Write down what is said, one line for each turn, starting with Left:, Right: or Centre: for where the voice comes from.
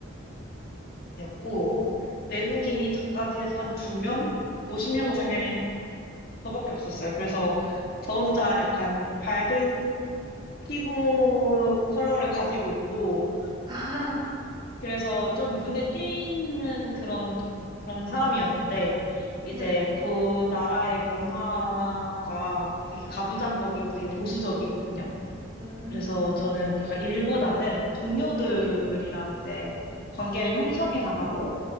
Left: 아시아인이었고,
Right: 오.
Left: 외국인이 저까지 해서 한 두 명? 50명
Right: 어.
Left: 중에 저밖에 없었어요. 그래서 저 혼자 약간 밝은 피부 컬러를 가지고 있고,
Right: <laughs>
Left: 그래서 좀 눈에 띄는 그런, 동- 그런 사람이었는데, 이제
Right: 네.
Left: 그 나라의 문화가 되게 가부장적이고 되게 보수적이거든요.
Right: 음.
Left: 그래서 저는 약간 일보다는 동료들이랑
Right: 네.
Left: 이제 관계를 형성해 나가고